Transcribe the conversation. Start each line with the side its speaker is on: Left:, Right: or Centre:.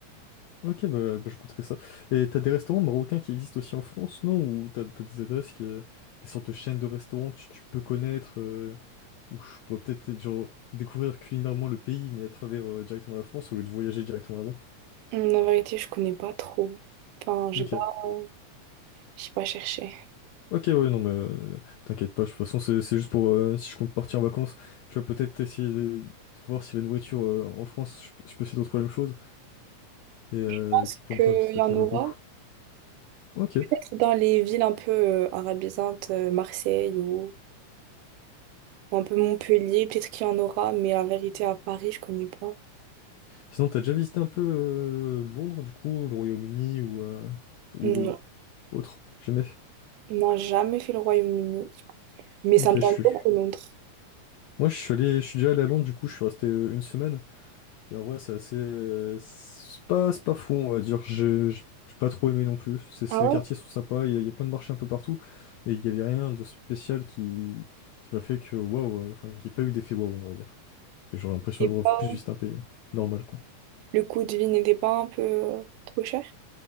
Left: Ok, bah, bah, je goûterai ça. Et t'as des restaurants marocains qui existent aussi en France, non? Ou t'as, t'as des adresses, qui, euh, des sortes de chaînes de restaurants que tu, tu peux connaître? euh, où je pourrais peut-être genre, découvrir culinairement le pays, mais à travers euh, directement la France, au lieu de voyager directement là-bas.
Right: Hum, La vérité, je connais pas trop. Enfin, j'ai
Left: Ok.
Right: pas. euh, J'ai pas cherché. Je
Left: Ok, ouais, non, mais euh, t'inquiète pas, de toute façon, c'est c'est juste pour euh, si je compte partir en vacances, tu vas peut-être essayer de de voir si la nourriture euh, en France, je, peux je peux essayer de trouver la même chose et euh,
Right: pense
Left: qui pourrait
Right: qu'il
Left: me faire visiter
Right: y
Left: à
Right: en
Left: travers
Right: aura.
Left: le goût. Ok.
Right: Peut-être dans les villes un peu euh, arabisantes, euh, Marseille ou ou un peu Montpellier, peut-être qu'il y en aura, mais la vérité, à Paris, je connais pas.
Left: Sinon, t'as déjà visité un peu euh, Londres, du coup, le Royaume-Uni ou, euh, ou
Right: Non,
Left: ou autre? Jamais.
Right: n'a jamais fait le Royaume-Uni. Mais
Left: Ok,
Right: ça me tente
Left: je suis.
Right: beaucoup Londres.
Left: Moi, je suis allé, je suis déjà allé à Londres, du coup, je suis resté euh, une semaine. Et en vrai, c'est assez. C'est pas, c'est pas fou, on va dire. J'ai j'ai- j'ai pas trop aimé non plus. C'est, c'est-
Right: Ah
Left: les
Right: ouais?
Left: quartiers sont sympas, il y, a il y a plein de marchés un peu partout, mais il y avait rien de spécial qui, qui m'a fait que waouh, euh, enfin, qu'il n'y ait pas eu d'effet waouh, on va dire. J'ai l'impression
Right: Et
Left: d'avoir
Right: pas...
Left: plus visité un pays normal, quoi.
Right: Le coût de vie n'était pas un peu euh, trop cher?